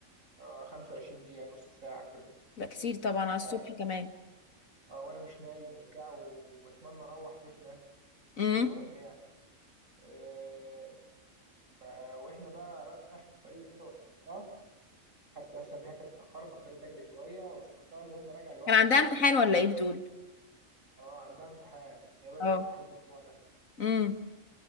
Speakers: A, on the right; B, on the left.
A: آه 25 دقيقة نص ساعة كده
B: لا كتير طبعا على الصبح
A: آه
B: كمان
A: آه، وانا مش نايم وبتاع وبتمنى اروح بيتنا
B: امم
A: المهم يعني آه ف- واحنا بقى رايح في الطريق وكده وصلتها حتى اصلا ان هي كانت متأخرة في الطريق تجري شوية وصلتها المهم راجع لوحدي
B: كان عندها
A: بقى
B: امتحان ولا ايه بتقول
A: اه عندها امتحان هي بدأت
B: اه
A: امتحانات الاسبوع ده
B: امم